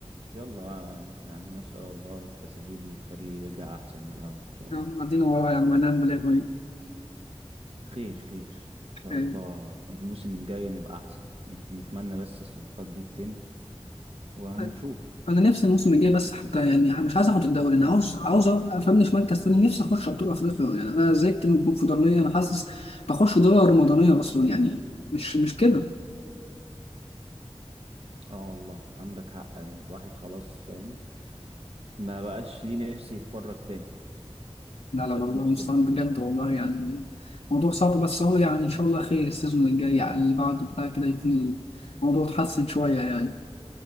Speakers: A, on the right; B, on the left.
A: يلا يعني يعني نسأل الله التسهيل والفريق يرجع احسن من الاول ان شاء الله
B: يا عم عدينا وراه يا عم هنعمل إيه
A: خير خير ان شاء
B: طيب
A: الله الموسم الجاي نبقى احسن نت- نتمنى بس الصفقات دي تتم وهنشوف
B: طيب. انا نفسي الموسم الجاي بس حتى يعني مش عايز اخد الدوري انا عاوز عاوز افنش مركز تاني نفسي اخش ابطال افريقيا يعني انا زهقت من الكونفدراليه انا حاسس بخش دوري رمضانيه اصلا يعني مش مش كده
A: اه والله عندك حق الواحد خلاص فاهم ما بقاش ليه نفس يتفرج تاني
B: لا
A: سد
B: لا والله
A: نفسنا
B: مستعان بجد والله يعني موضوع صعب بس هو يعني ان شاء الله خير السيزون الجاي على اللي بعده بتاع كده يكون الموضوع اتحسن شويه يعني